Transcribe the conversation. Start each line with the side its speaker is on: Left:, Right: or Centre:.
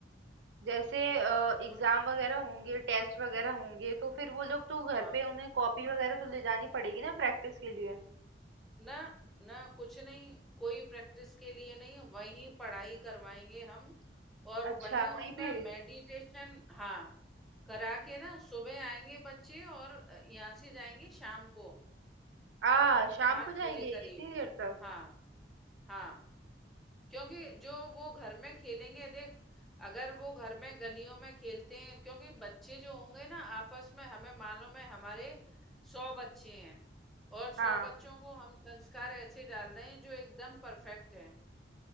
Right: जैसे
Centre: हम्म
Right: एग्जाम
Centre: बोल।
Right: वगैरह होंगे टेस्ट वगैरह होंगे तो फिर वो लोग तो घर
Centre: हाँ
Right: पे उन्हें कॉपी वगैरह तो ले जानी पड़ेगी ना प्रैक्टिस के लिए
Centre: ना ना कुछ नहीं कोई प्रैक्टिस के लिए नहीं वहीं पढ़ाई करवाएंगे हम और
Right: अच्छा
Centre: वहीं उनका
Right: वहीं पे
Centre: मेडिटेशन हाँ करा के ना सुबह आएंगे बच्चे और यहाँ से जाएंगे शाम को
Right: आ शाम
Centre: पाँच
Right: को जाएंगे
Centre: बजे करीब
Right: इतनी देर तक
Centre: हाँ हाँ क्योंकि जो वो घर में खेलेंगे देख अगर वो घर में गलियों में खेलते हैं क्योंकि बच्चे जो होंगे ना आपस में हमें मालूम है हमारे सौ बच्चे हैं और
Right: हाँ
Centre: सौ बच्चों को हम संस्कार ऐसे डाल रहे हैं जो एकदम परफेक्ट हैं